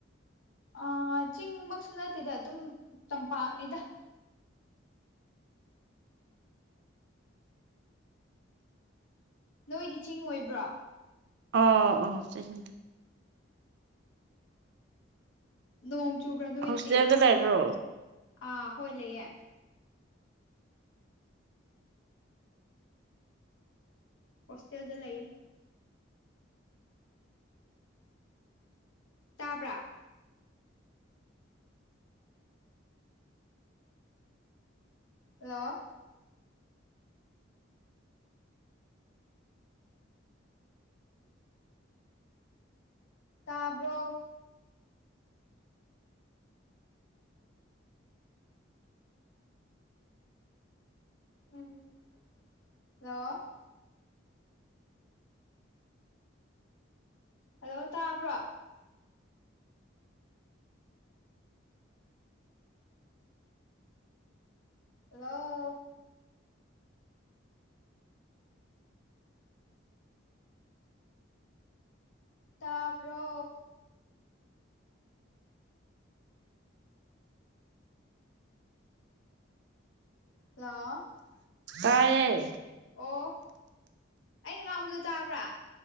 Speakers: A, on the left (about 80°); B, on the right (about 60°).
A: ꯑ ꯆꯤꯡꯃꯛꯁꯨ ꯅꯠꯇꯦꯗ ꯑꯗꯨꯝ ꯇꯝꯄꯥꯛꯅꯤꯗ ꯅꯣꯏꯗꯤ ꯆꯤꯡ ꯑꯣꯏꯕ꯭ꯔꯣ
B: ꯑꯣ ꯑꯣ ꯁꯤꯖꯤꯗ
A: ꯅꯣꯡ ꯆꯨꯕ꯭ꯔꯥ ꯅꯣꯏꯗꯤ
B: ꯍꯣꯁꯇꯦꯜꯗ ꯂꯩꯕ꯭ꯔꯣ
A: ꯑꯥ ꯍꯣꯏ ꯂꯩꯌꯦ ꯍꯣꯁꯇꯦꯜꯗ ꯂꯩꯌꯦ ꯇꯥꯕ꯭ꯔꯥ ꯍꯜꯂꯣ ꯇꯕ꯭ꯔꯣ ꯎꯝ ꯍꯜꯂꯣ ꯍꯜꯂꯣ ꯇꯥꯕ꯭ꯔꯣ ꯍꯜꯂꯣ ꯇꯥꯄꯔꯣ ꯍꯜꯂꯣ
B: ꯇꯌꯦ
A: ꯑꯣ ꯑꯩꯅ ꯉꯥꯡꯕꯗꯣ ꯇꯥꯕ꯭ꯔꯥ